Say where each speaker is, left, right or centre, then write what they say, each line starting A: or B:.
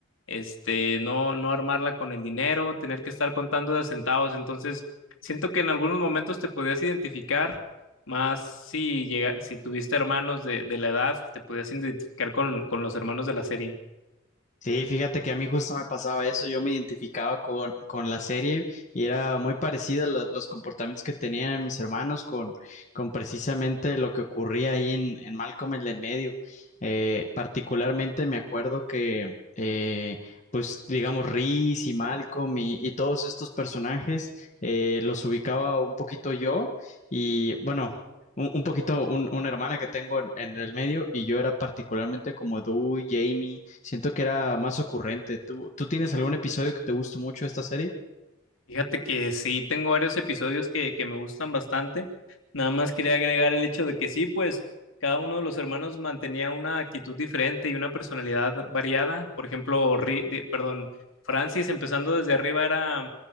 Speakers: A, on the left (about 70°); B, on the left (about 35°).
A: este, no, no armarla con el dinero, tener que estar contando de centavos. Entonces, siento que en algunos momentos te podías identificar, más si llega, si tuviste hermanos de, de la edad, te podías identificar con, con los hermanos de la serie.
B: Sí, fíjate que a mí justo me pasaba eso, yo me identificaba con, con la serie y era muy parecida la- los comportamientos que tenían mis hermanos con, con precisamente lo que ocurría ahí en, en Malcolm el del medio. Eh, particularmente me acuerdo que, eh, pues digamos, Reese y Malcolm y, y todos estos personajes eh, los ubicaba un poquito yo y bueno. Un, un poquito, un- una hermana que tengo en, en el medio y yo era particularmente como Du, Jamie, siento que era más ocurrente. ¿Tú, tú tienes algún episodio que te gustó mucho de esta serie?
A: Fíjate que sí, tengo varios episodios que, que me gustan bastante. Nada más quería agregar el hecho de que sí, pues cada uno de los hermanos mantenía una actitud diferente y una personalidad variada. Por ejemplo, Ri- de- perdón, Francis empezando desde arriba era